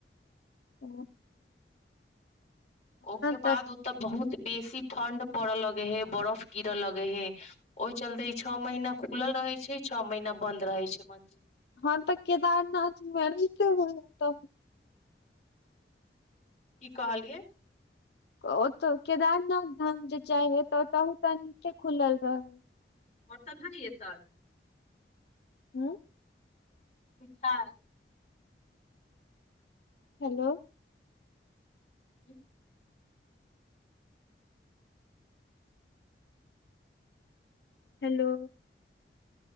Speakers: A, on the left; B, on the left.
A: ओँ
B: ओहिके
A: तऽ
B: बाद ओतऽ बहुत बेसी ठण्ड पड़ऽ लगे हे बरफ गिरऽ लगे हे ओहि चलते ई छओ महीना खुलल रहे छै छओ महीना बंद रहे छै मन्दिर
A: हँ तऽ केदारनाथ मे त ह त
B: की कहलियै
A: ओतऽ केदारनाथ धाम जे जाय हय तऽ ओतहु त नीचे खुलल रह
B: अर्थान नहि एत
A: हम
B: पिठार
A: हेलो
B: हम
A: हेलो